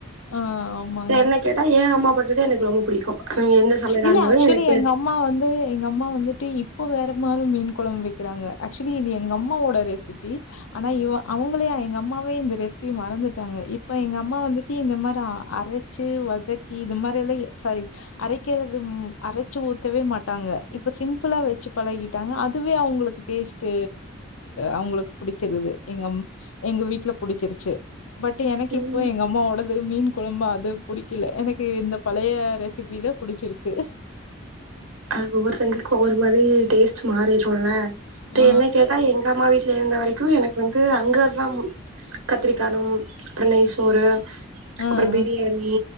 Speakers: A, on the left; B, on the right.
A: ஆ ஆமாங்க.
B: என்ன கேட்டா எ அம்மா பண்றதுத எனக்கு ரொம்ப புடிக்கு அ எந்த சமையலா
A: இல்ல
B: இருந்தாலு
A: ஆக்சுவலி
B: எனக்கு
A: எங்க அம்மா வந்து எங்க அம்மா வந்துட்டு இப்போ வேற மாதிரி மீன் கொழம்பு வக்குறாங்க ஆக்சுவலி இது எங்க அம்மாவோட இப்டி ஆனா இவ அவுங்களா எங்க அம்மாவே இந்த ரெசிபிய மறந்துட்டாங்க இப்ப எங்க அம்மா வந்துட்டு இந்த மாதிரி அர ச்சு வதக்கி இந்த மாரி எல்லா சாரி அரைக்குறது அரச்சு ஊத்தவே மாட்டாங்க இப்ப சிம்பிளா வச்சு பழகிட்டாங்க அதுவே அவுங்களுக்கு டேஸ்ட் அவுங்களுக்கு புடுச்சிருது எங்க எங்க வீட்ல புடுச்சிருச்சு பட் எனக்கு
B: ம்
A: இப்போ எங்க அம்மாவோடது மீன் கொழம்பு அது புடிக்கல எனக்கு இந்த ப பழைய ரெசிபி தா புடுச்சிருக்கு
B: அது ஒவ்வொருத்தவங்களுக்கு ஒவ்வொரு மாதிரி டேஸ்டு மாறிருல்ல இப்ப
A: ஆ,
B: என்ன கேட்டா எங்க எங்க அம்மா வீட்ல இருந்த வரைக்கு எனக்கு வந்து அங்கல்லா கத்திரிக்காணும் அப்பறோ நெய் சோறு
A: ஆ, ஆ.
B: அப்பறோ பிரியாணி